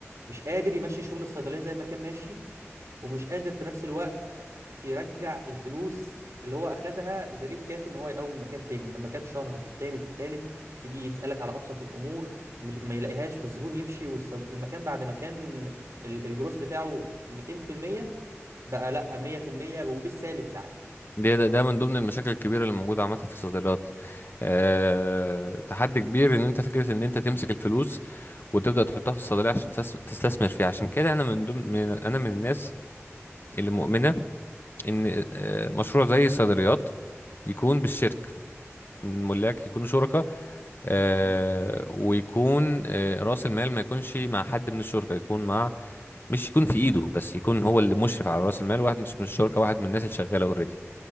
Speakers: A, on the right; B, on the left.
A: مش قادر يمشي شغل الصيدليه زي ما كان ماشي ومش قادر في نفس الوقت يرجع الفلوس اللي هو اخدها بريت كافي ان هو يقوم مكان تاني فالمكان شهر في التاني في التالت يجي يسالك على ابسط الامور مش ما يلاقيهاش فالزبون يمشي والصد... والمكان بعد ما كان ال- الجروس بتاعه 200% بقى لا 100% وبالسالب ساعات
B: ده ده ده من ضمن المشاكل الكبيره اللي موجوده عامه في الصيدليات أه تحدي كبير ان انت فكره ان انت تمسك الفلوس وتبدا تحطها في الصيدليه عشان تس- تستثمر فيها عشان كده انا من ضمن من انا من الناس اللي مؤمنه ان آه، مشروع زي الصيدليات يكون بالشرك إن الملاك يكونوا شركاء آه،
A: امم
B: ويكون آه، رأس المال ما يكونش مع حد من الشركاء يكون مع مش يكون في ايده بس يكون هو اللي مشرف على رأس المال واحد مش من الشركاء واحد من الناس اللي شغالة اوريدي